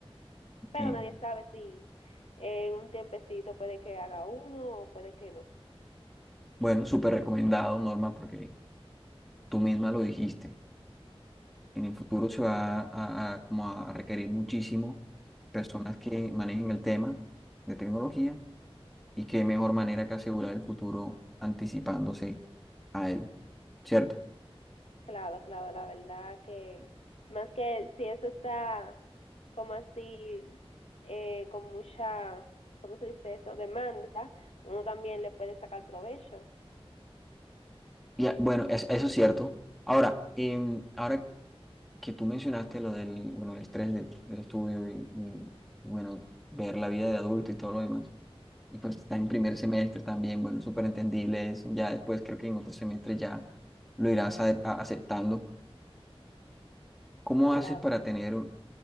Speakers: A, on the left; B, in the centre.
A: pero
B: Que,
A: nadie sabe si en un tiempecito puede que haga uno o puede que no.
B: bueno, súper recomendado, Norma, porque tú misma lo dijiste. En el futuro se va a, a- como a requerir muchísimo personas que manejen el tema de tecnología y qué mejor manera que asegurar el futuro anticipándose a él, ¿cierto?
A: Claro, claro, la verdad que más que si eso está como así, eh, con mucha, ¿cómo se dice eso? Demanda, uno también le puede sacar provecho.
B: Y a- bueno, es- eso es cierto. Ahora, em, ahora que tú mencionaste lo del, bueno, el estrés del, del estudio y, y, y, bueno, ver la vida de adulto y todo lo demás. Y pues está en primer semestre también, bueno, súper entendible eso. Ya después creo que en otro semestre ya lo irás a- a- aceptando ¿Cómo
A: Claro.
B: haces para tener un-